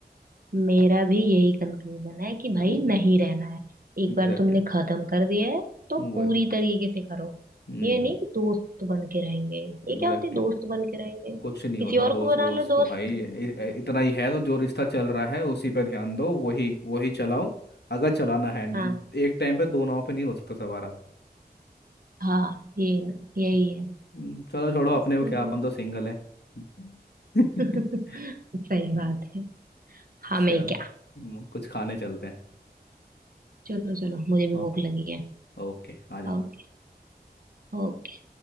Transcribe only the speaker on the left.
हम्म
एग्जैक्टली
वो
है।
हम्म
एग्जैक्टली
कुछ नहीं
होता
दोस्त
वोस्त
को
भाई इ- इ- इतना ही है तो जो रिश्ता चल रहा है उसी पे ध्यान दो वही वही चलाओ अगर चलाना है
एक टाइम पे दो नाव पे नहीं हो सकता सवार आप
हम्म,
चलो छोड़ो अपने को क्या
अपन तो सिंगल है <laughs>
चलो
हम्म, कुछ खाने चलते हैं
ओ-
ओके आ जाओ